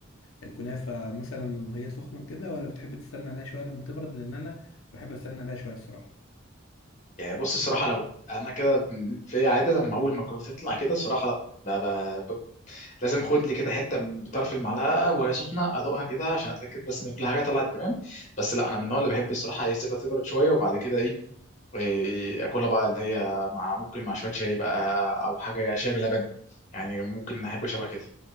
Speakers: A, on the left; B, on the left.
A: الكنافة مثلا وهي سخنة كده ولا بتحب تستنى عليها شوية لما تبرد لأن أنا بحب أستنى عليها شوية الصراحة
B: يعني بص الصراحه لو انا كده ب- في عاده لما اول ما الكنافه تطلع كده الصراحه لا ب... ب... ب... لازم اخد لي كده حته بطرف المعلقه وهي سخنه ادوقها كده عشان اتاكد بس ان كل حاجه طلعت تمام بس لا انا من النوع اللي بحب الصراحه ايه سيبها تبرد شويه وبعد كده ايه واكلها بقى اللي هي مع ممكن مع شويه شاي بقى او حاجه شاي بلبن يعني ممكن احب شبه كده